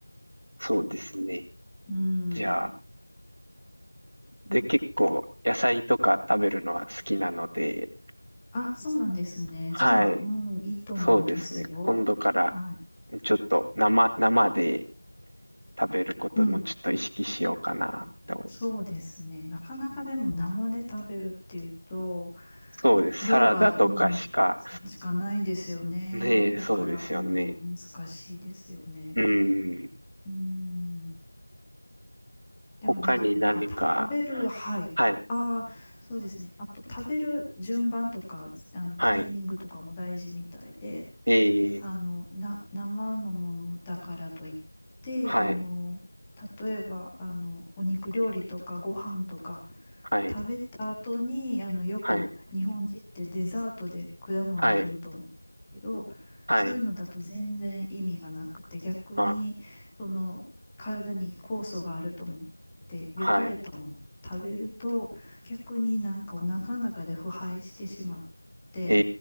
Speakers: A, on the right (about 50°); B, in the centre.
A: そうですね。
B: うん。
A: じゃあ、で、結構野菜とか食べるのは好きなので、
B: あ、そうなんですね。
A: はい、
B: じゃあ、うん、いいと思いますよ。
A: そうですね。今度から
B: はい。
A: ちょっと生、生で食べることもちょっと意識しようかなと。
B: うん。そうですね。なかなかでも生で食べるっていうと、
A: そうです。
B: 量が、
A: サラダとかしか、
B: うん、しかないんですよね。
A: ねえ、
B: だから、
A: そうですよね。
B: うん、難しいですよね。
A: うん。
B: うん、でもなんか食べる、
A: 他に何か、
B: はい。
A: はい、
B: ああ、そうですね。あと食べる順番とか、あのタイミングとかも大事みたいで、
A: はい、ええ、
B: あのな生のものだからといってあの
A: はい、
B: 例えばあのお肉料理とかご飯とか
A: はい、
B: 食べた後にあのよく日本人ってデザートで果物を取ると思うけどそういうのだと全然意味がなくて逆にその体に酵素があると思って良かれと思って食べると逆になんかお腹の中で腐敗してしまって。
A: はい、はい、はい、あ、はい、え